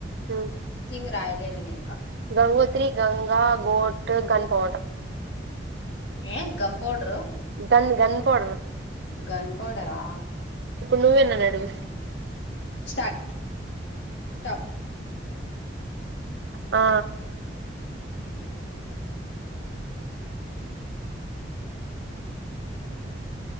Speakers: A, on the right (about 65°); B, on the left (about 75°).
A: ఉమ్
B: థింగ్ రాయలే నేను ఇంకా
A: Gangotri Ganga goat gun powder
B: ఏ gum powder
A: gun gun powder
B: gun పౌడరా
A: నువ్వే నన్ను నడుగు
B: స్టాట్ స్టాప్
A: ఆ
B: ఆ